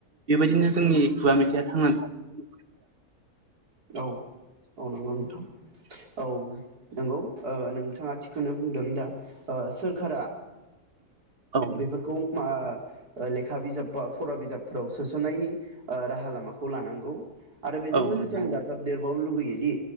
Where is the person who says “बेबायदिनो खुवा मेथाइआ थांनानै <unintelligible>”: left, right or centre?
Right